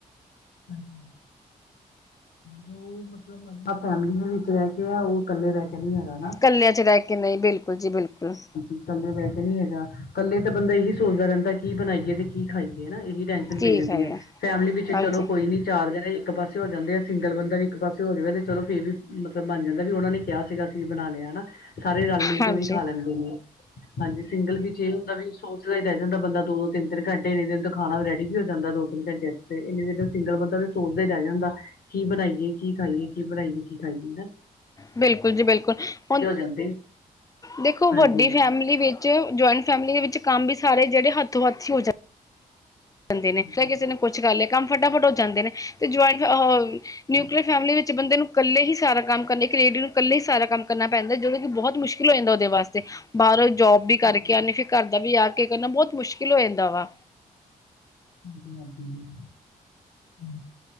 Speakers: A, on the left (about 65°); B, on the left (about 20°).
A: ਹਾਂਜੀ ਹਾਂ ਜੋ ਮਤਲਬ ਫੈਮਲੀ ਦੇ ਵਿੱਚ ਰਹਿ ਕੇ ਆ ਉਹ ਕੱਲੇ ਰਹਿ ਕੇ ਨੀ ਹੈਗਾ ਨਾ
B: ਕੱਲਿਆਂ ਚ ਰਹਿ ਕੇ ਨਹੀਂ ਬਿਲਕੁਲ ਜੀ ਬਿਲਕੁਲ
A: ਇਕੱਲੇ ਵੈਸੇ ਨੀ ਹੈਗਾ ਇਕੱਲੇ ਤਾਂ ਬੰਦਾ ਇਹੀ ਸੋਚਦਾ ਰਹਿੰਦਾ ਕੀ ਬਣਾਈਏ ਤੇ ਕੀ ਖਾਈਏ ਹਨਾ ਇਹੀ ਟੈਨਸ਼ਨ
B: ਠੀਕ
A: ਪਈ ਰਹਿੰਦੀ
B: ਵੀਰ
A: ਹੈ ਫੈਮਿਲੀ ਵਿੱਚ
B: ਹਾਂਜੀ
A: ਚਲੋ ਤਿਨ ਚਾਰ ਜਣੇ ਇੱਕ ਪਾਸੇ ਹੋ ਜਾਂਦੇ ਆ ਸਿੰਗਲ ਬੰਦਾ ਵੀ ਇੱਕ ਪਾਸੇ ਹੋ ਜਾਵੇ ਤੇ ਚਲੋ ਫੇਰ ਵੀ ਮਤਲਬ ਬਣ ਜਾਂਦਾ ਵੀ ਉਹਨਾਂ ਨੇ ਕਿਹਾ ਸੀਗਾ ਅਸੀਂ ਵੀ ਬਣਾ ਲਿਆ ਹਨਾ ਸਾਰੇ ਰਲ ਮਿਲ ਕੇ
B: ਹਾਂਜੀ
A: ਉਹੀ ਖਾ ਲੈਂਦੇ ਨੇ ਹਾਂਜੀ ਸਿੰਗਲ ਵਿੱਚ ਇਹ ਹੁੰਦਾ ਵੀ ਸੋਚ ਰਹਿ ਜਾਂਦਾ ਬੰਦਾ ਦੋ ਦੋ ਤਿੰਨ ਤਿੰਨ ਘੰਟੇ ਇਨੇ ਦੇਰ ਤੱਕ ਖਾਣਾ ਰੈਡੀ ਵੀ ਹੋ ਜਾਂਦਾ ਦੋ ਤਿੰਨ ਘੰਟੇ ਤੇ ਇਨੀ ਦੇਰ ਸਿੰਗਲ ਬੰਦਾ ਤੇ ਸੋਚਦਾ ਹੀ ਰਹਿ ਜਾਂਦਾ ਕੀ ਬਣਾਈਏ ਕੀ ਖਾਈਏ ਕੀ ਬਣਾਈਏ ਕੀ ਖਾਈਏ ਹਨਾ
B: ਬਿਲਕੁਲ ਜੀ ਬਿਲਕੁਲ ਹੁਣ
A: ਜਾਂਦੀ
B: ਦੇਖੋ ਵੱਡੀ
A: ਹਾਂਜੀ।
B: ਫੈਮਿਲੀ ਵਿੱਚ ਜੁਆਇੰਟ ਫੈਮਿਲੀ ਦੇ ਵਿੱਚ ਕੰਮ ਵੀ ਸਾਰੇ ਜਿਹੜੇ ਹੱਥੋਂ ਹੱਥ ਹੀ ਹੋ ਜਾਂ ਜਾਂਦੇ ਨੇ
A: ਹਾਂਜੀ-ਹਾਂਜੀ,
B: ਫ ਕਿਸੇ ਨੇ ਕੁਛ ਕਰ ਲਿਆ ਕੰਮ ਫਟਾਫਟ ਹੋ ਜਾਂਦੇ ਨੇ ਤੇ ਜੁਆਇੰਟ ਨਿਊਕਲੀਅਰ
A: ਹਾਂਜੀ,
B: ਫੈਮਲੀ ਵਿੱਚ ਬੰਦੇ ਨੂੰ ਇਕੱਲੇ ਹੀ ਸਾਰਾ ਕੰਮ ਕਰਨਾ ਇੱਕ ਰੇਡੀਓ ਨੂੰ ਇਕੱਲੇ ਹੀ ਸਾਰਾ ਕੰਮ ਕਰਨਾ ਪੈਂਦਾ ਜਦੋਂ ਕਿ ਬਹੁਤ ਮੁਸ਼ਕਿਲ ਹੋ ਜਾਂਦਾ ਉਹਦੇ ਵਾਸਤੇ ਬਾਹਰੋਂ ਜੋਬ ਵੀ
A: ਹਾਂਜੀ-ਹਾਂਜੀ,
B: ਕਰਕੇ ਆਉਂਣੀ ਫਿਰ ਘਰ ਦਾ ਵੀ ਆ ਕੇ ਕਰਨਾ ਬਹੁਤ ਮੁਸ਼ਕਿਲ ਹੋ ਜਾਂਦਾ ਵਾ
A: ਹਾਂਜੀ ਹਾਂਜੀ ਹ